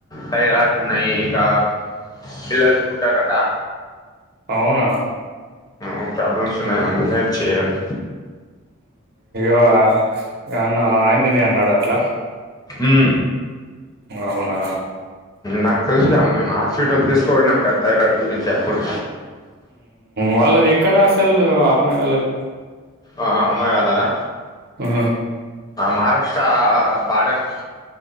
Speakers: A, on the left; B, on the right.
A: పైరా ఆటు ఉన్నాయి ఇంకా పిలల్లు పుట్టారటా
B: అవునా
A: ఊ ప్రాబ్లమ్స్ ఉన్నాయా అండి నేను చేయారు
B: ఉ ఇ అన్న అయిందని అన్నాడ అట్లా
A: ఉ
B: అవునా
A: నాకు తెలుసి అమ్మాయ సిటల్ తీసుకపోయినాంక థైరాడ్ గురించి అప్పుడు
B: వాళ్ళది ఎక్కడ అసలు అమ్మాయి వాళ్ళది.
A: ఆ అమ్మాయి వాళ్ళదా
B: ఆ
A: మహారాష్ట్ర బాడర్